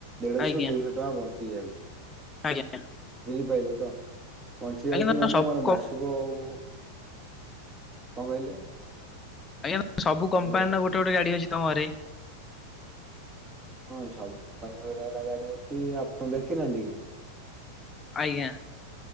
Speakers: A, on the right; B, on the left.
A: ଦେଢଶହ
B: ଆଜ୍ଞା
A: ଦୁଇଶହ ଟଙ୍କା ବଞ୍ଚି ଯାଉଛି
B: ଆଜ୍ଞା
A: ବୁଝିପାରିଲେ ତ ବଞ୍ଚି ଯାଉଛି
B: ଆଜ୍ଞା ତମ
A: ମାନେ
B: ସବୁ
A: ମୋର ମାସକ କଣ କହିଲେ?
B: ଆଜ୍ଞା ସବୁ କମ୍ପାନୀର
A: ହ୍ୟାଲୋ
B: ଗୋଟେ ଗୋଟେ ଗାଡି ଅଛି ତମ ଘରେ
A: ହଁ ଏ ସବୁ କମ୍ପାନୀ ଗୋରେ ଗୋଟେ ଗାଡି ଅଛି ଆପଣ ଦେଖିନାହାନ୍ତି କି?
B: ଆଜ୍ଞା